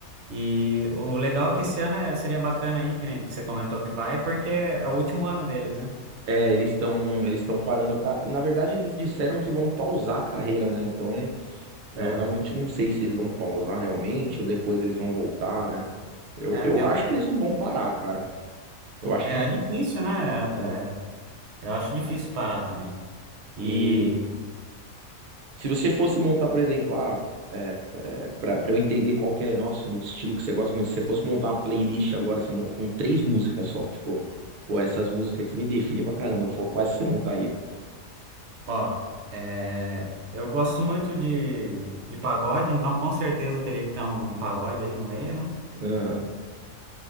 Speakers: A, on the right; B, on the right.
A: E o legal é que esse ano é- seria bacana aí, que nem você comentou que vai, porque é o último ano deles, né?
B: É, eles estão eles estão parando a ca... Na verdade, eles disseram que vão pausar a carreira, né? Então, eu
A: É,
B: realmente não sei se eles vão pausar realmente ou depois eles vão voltar, né? Eu,
A: é,
B: eu
A: porque é,
B: acho que eles não vão parar, cara. Eu acho
A: é,
B: difícil,
A: é difícil, né? É,
B: né?
A: é, eu acho difícil parar também. E
B: E Se você fosse montar, por exemplo, ah, é, é, para eu entender qual que é, nossa, o estilo que você gosta muito, se você fosse montar uma playlist agora você mon- com três músicas só, tipo, pô, essas músicas aqui me definem pra caramba, qual- quais você montaria?
A: Ó, é, eu gosto muito de, de pagode, então com certeza teria que ter um de pagode aí no meio, né?
B: Aham.